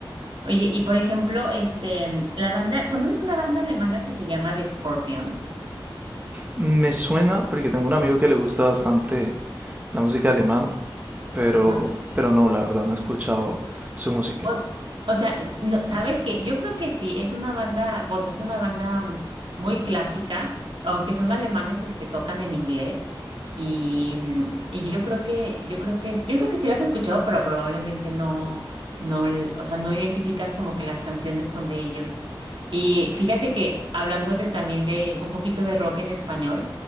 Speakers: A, on the right; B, on the right.
A: Oye, y por ejemplo, este, mm, la banda, ¿conoces una banda alemana que se llama The Scorpions?
B: Me suena porque tengo un amigo que le gusta bastante la música alemana, pero,
A: Ajá.
B: pero no, la verdad no he escuchado su música.
A: O, o sea, no, ¿sabes qué? Yo creo que sí, es una banda, o sea, es una banda mm, muy clásica, aunque son alemanes, este, tocan en inglés y, mm, y yo creo que, yo creo que es, yo creo que sí las has escuchado, pero probablemente no, no, l- o sea, no identificas como que las canciones son de ellos. Y fíjate que hablando de también de un poquito de rock en español,